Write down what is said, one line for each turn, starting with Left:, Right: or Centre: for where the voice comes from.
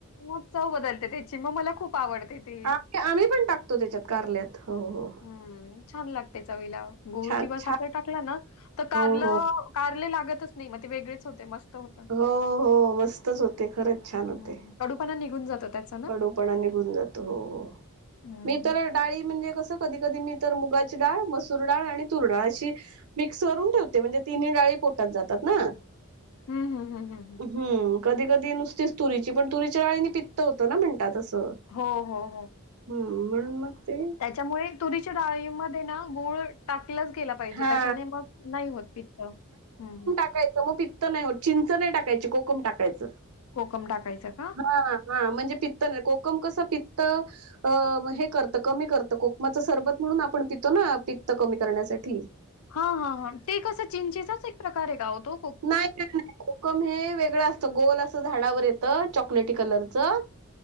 Left: मग चव बदलते त्याची मग मला खूप आवडते. ती.
Right: आ आम्ही पण टाकतो त्याच्यात कारल्यात हो हो,
Left: हम्म छान लागते च वईला गोळ
Right: छान
Left: किंवा साखर
Right: छान
Left: टाकला ना तर कारलं
Right: हो हो
Left: कारले लागतच नाही मग ते वेगळेच होते मस्त होते.
Right: हो हो मस्तच होते खरंच छान होते.
Left: हं. कडूपणा निघून जातो त्याच,
Right: कडूपणा निघून जातो हो हो
Left: हम्म
Right: मी तर डाळी म्हणजे कसं कधी कधी मी तर मुगाची डाळ मसूर डाळ आणि तूर डाळ अशी मिक्स वून ठेवते म्हणजे तिन्ही डाळी पोटात जातात ना,
Left: हम् हम्म हम हम हम,
Right: हम् कधी कधी नुसतीच तुरीची पण तुरीच्या राळीनी पित्त होतं ना म्हणतात असं.
Left: हो हो हो,
Right: हम्म म्हणून मग ते
Left: त्याच्यामुळे तुरीच्या डाळीमध्ये ना गुळ टाकलंच गेला पाहिजे
Right: हा
Left: त्याच्याने मग नाही होत पित्त ह
Right: काय मग पित <unintelligible> नाही हो चिंच नाही टाकायची कोकम टाकायचं.
Left: कोकम टाकायचं का?
Right: हा हा म्हणजे पित्त नाही कोकम कसं पित्त अ हे करतं कमी करतं कोकमाचं सरबत म्हणून आपण पितो ना प्त कमी करण्यासाठी
Left: हा हा हा ते कसं चिंचेचाच एक प्रकार आहे कावतो.
Right: नाही का नाही कोकम हे वेगळं असतं गोल असं झाडावर येत चॉकलेटी कलरचं